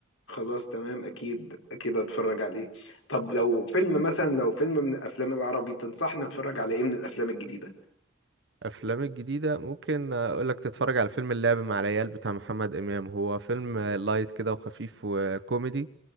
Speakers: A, on the left; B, on the right.
A: خلاص تمام اكيد اكيد هتفرج عليه طب لو فيلم مثلا لو فيلم من الافلام العربي تنصحني اتفرج على ايه من الافلام الجديدة
B: افلام الجديده ممكن اقول لك تتفرج على فيلم اللعب مع العيال بتاع محمد امام هو فيلم لايت كده وخفيف وكوميدي